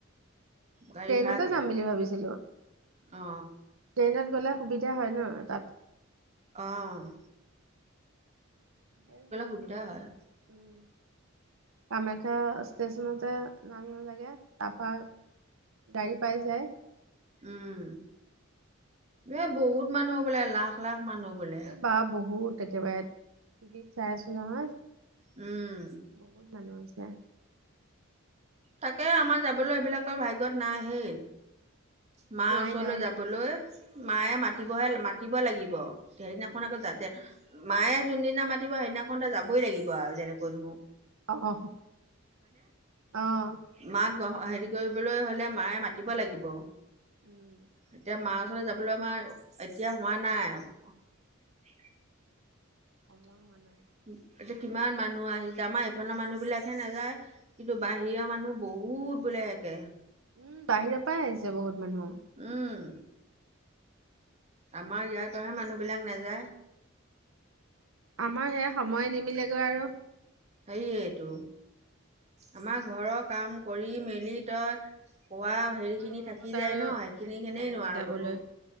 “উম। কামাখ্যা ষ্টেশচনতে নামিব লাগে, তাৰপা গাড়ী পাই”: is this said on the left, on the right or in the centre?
Right